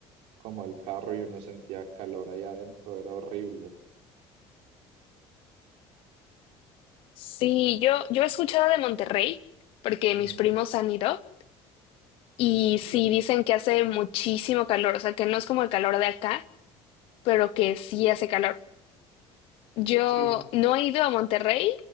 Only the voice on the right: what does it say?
como el carro y uno sentía calor ahí adentro, era horrible.
Ujú.
Sí,
sí,